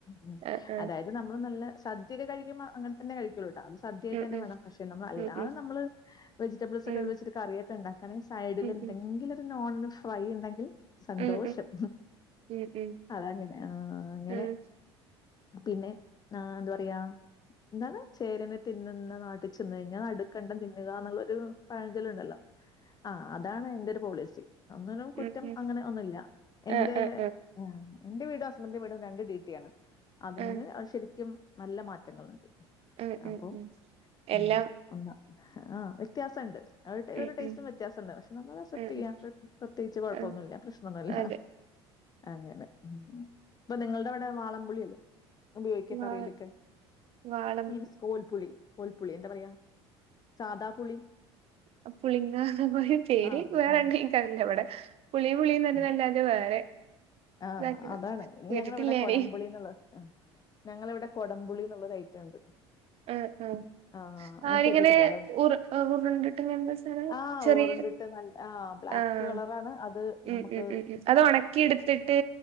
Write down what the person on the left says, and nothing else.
ഉം
അതായത് നമ്മള് നല്ല സദ്യക്കെ കഴിക്കുമ്പോ അങ്ങനെ തന്നെ കഴികൊള്ളു ട്ടാ അത് സദ്യയായിട്ട്
തന്നെ
വെണം പഷേ അല്ലാതെ
നമ്മള് വെജിറ്റബിൾസ് ഒക്കെ
വച്ചിട്ട് കറിയൊക്കെ ഉണ്ടാക്കാണങ്കി സൈഡിൽ
എന്തെങ്കിലും
ഒരു നോണ് വെ വഴി ണ്ടെങ്കിൽ സന്തോഷം
അതങ്ങനെ ആഹ് അങ്ങനെ
പിന്നെ ആഹ് ന്താ പറയാ എന്താണ് ചേരനെ തിന്നുന്ന നാട്ടിൽ ചെന്ന് കഴിഞ്ഞാൽ നടുക്കണ്ടം തിന്നുക എന്നുള്ളൊരു പഴഞ്ചലുണ്ടല്ലോ ആഹ് അതാണ് എന്റെ ഒരു പോളിസി ഒനിനും കുറ്റം
അങ്ങനെ ഒന്നുല്ല എന്റെ
ആഹ് എന്റെ വീടും ഹസ്ബൻഡന്റെ വീടും രണ്ട് ഡി ട്ടിയാണ് അതിന്ന്
ശരിക്കും നല്ല മാറ്റങ്ങളുണ്ട്
അപ്പൊ
ഉം
ഒന്ന് ആഹ് വ്യത്യാസണ്ട് അവ
ഒരു ടസ്റ്റും
വ്യത്യാസംണ്ട് പെശേ നമ്മള് അസെ്പ്റ്റ്ചെയ്യാം
പ്രത്യേകച്ച് കുഴപ്പൊന്നുല്ല
പ്രശ്നൊന്നുല്ല
അങ്ങനെ ഇപ്പൊ നിങ്ങളുടെ ഇവിടെ വാളംപുളി ല്ലേ ഉപയോഗിക്കാ
കറിയിലൊക്കെ
മീൻസ് കോൽപുളി കോൽപുളി എന്താ പറയാ സാദാ പുളി
ആഹ്
ആഹ്
ഉം
ആഹ്
അതാണ്
ഞങ്ങള ഇവിടെ
കൊടംപുളിന്നുള്ളത് ഞങ്ങളവിടെ കൊടംപുളിന്നുള്ള ഐറ്റുണ്ട്
ആഹ് അഹ്
കേട്ട്ട്ടില്ല അല്ലേ
ആഹ്
ഓറണ്ട ഇട്ട് ആഹ് ബ്ലാക്ക്
കളറാണ് അത്
നമുക്ക്